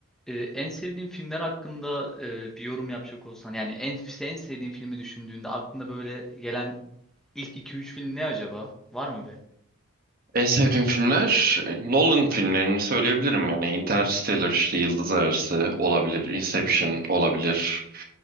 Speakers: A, in the centre; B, on the right (about 40°).
A: Ee, en sevdiğin filmler hakkında e, bir yorum yapacak olsan yani en en sevdiğin filmi düşündüğünde aklında böyle gelen ilk 2-3 film ne acaba? Var mı
B: En sevdiğim filmler e, Nolan filmlerini söyleyebilirim yani Interstellar işte Yıldız Arası olabilir, Inception olabilir,